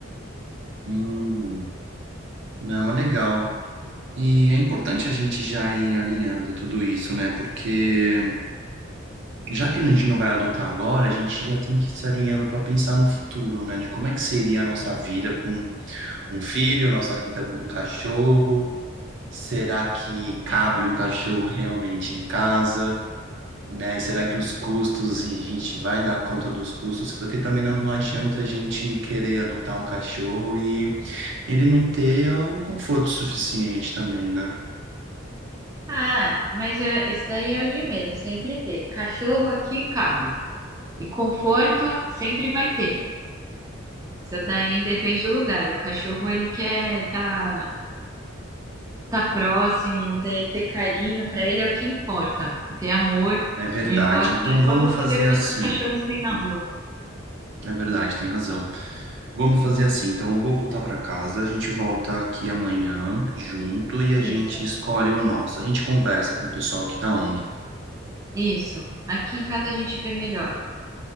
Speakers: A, on the right; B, on the right.
A: Hum, não, é legal. E é importante a gente já ir alinhando tudo isso, né? Porque já que a gente não vai adotar agora, a gente já tem que se alinhando para pensar no futuro, né? De como é que seria a nossa vida com um filho, nossa vida com um cachorro. Será que cabe um cachorro realmente em casa, né? Será que os custos, a gente vai dar conta dos custos? Porque também não, não adianta a gente querer adotar um cachorro e ele não ter o conforto suficiente também, né?
B: Ah, mas é, esse daí é o de menos, sempre ter. Cachorro aqui cabe. E conforto sempre vai ter. Isso daí depende do lugar. O cachorro ele quer tá tá próximo, ter, ter carinho, para ele é o que importa. Ter amor,
A: É verdade.
B: não importa.
A: Então
B: É
A: vamos
B: só você
A: fazer
B: ver
A: assim.
B: quantos cachorros tem na rua.
A: É verdade, tem razão. Vamos fazer assim. Então eu vou voltar para casa, a gente volta aqui amanhã junto e a
B: Isso.
A: gente escolhe o nosso. A gente conversa com o pessoal aqui da ONG.
B: Isso. Aqui em casa a gente vê melhor.